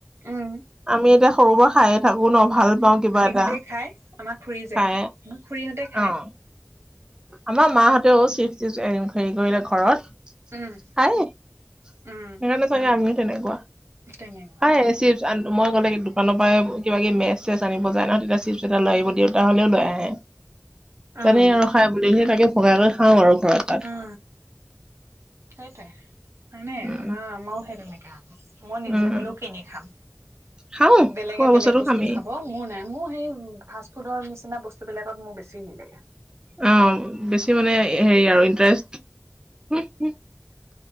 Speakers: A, on the right; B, on the right.
A: উম।
B: আমি এতিয়া সৰু পৰা খাইয়ে থাকো ন ভাল পাওঁ কিবা এটা।
A: সতে খাই আমাক খুৰি যে
B: খাই,
A: আমাক খুৰীহঁতে খায়।
B: অ'। আমাৰ মাহঁতেও চিফ চ হেৰি কৰিলে ঘৰত। খায়ে
A: উম
B: সেইকাৰণে
A: উম
B: চাগে আমি তেনেকুৱা
A: তেনেকুৱা
B: খায়ে চি মই গলে দোকানৰ পৰাই কিবা কি মেচ চেচ আনিব যায় ন তেতিয়া চিপছ এটা লৈ আহিব দিয়ে দেউটা হ'লেও লৈ আহে।
A: উম
B: জানেই আৰু খাই বুলি সি তাকে ভগাই কৰি খাওঁ আৰু ঘৰত। তাত
A: অ তাই তাই মানে
B: উম
A: আমাৰ আমাৰও সেই তেনেকে আক, মই নিজে
B: উম
A: হলেও কিনি খাম,
B: খাওঁ
A: বেলেগে
B: খোৱা
A: বেলেগ
B: বস্তুটো
A: বস্তু
B: খামেই
A: খাব। মোৰ নাই মোৰ সেই ফাষ্ট ফুডৰ নিচিনা বস্তুবিলাকত মোৰ বেছি হেৰি লাগে।
B: অ বেছি মানে হেৰি আৰু ইন্টাৰেষ্ট-